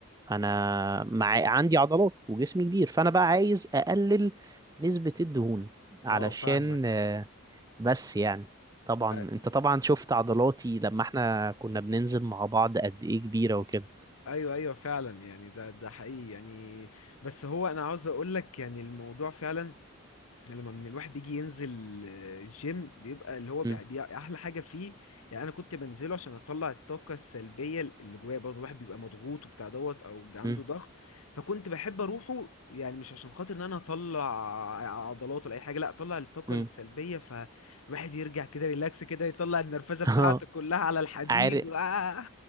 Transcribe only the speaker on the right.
انا مع عندي عضلات وجسمي كبير فانا بقى عايز اقلل نسبه الدهون علشان
آه، بس يعني طبعا
انت طبعا شفت عضلاتي لما احنا كنا بننزل مع بعض قد ايه كبيره وكده
مم.
مم.
مم.
<laughs>
اه
عارف